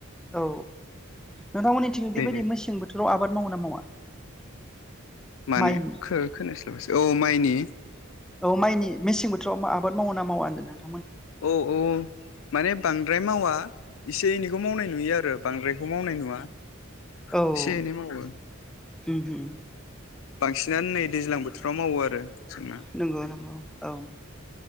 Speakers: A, in the centre; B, on the left.
A: औ नोंथांमोननिथिं
B: बे
A: बेबायदि मेसें बोथोराव आबाद मावो ना मावा
B: माने
A: माइनि
B: खोनास्लाबसै औ माइनि
A: औ माइनि मेसें बोथोराव आबाद मावो ना मावा होनदों नोंथां
B: औ औ माने बां बांद्राय मावा एसे एनैखौ मावनाय नुयो आरो बांद्रायखौ मावनाय नुवा
A: औ होम
B: एसे एनै मावो
A: होम
B: बांसिनानो नै दैज्लां बोथोराव मावो आरो जोंना
A: नंगौ नंगौ औ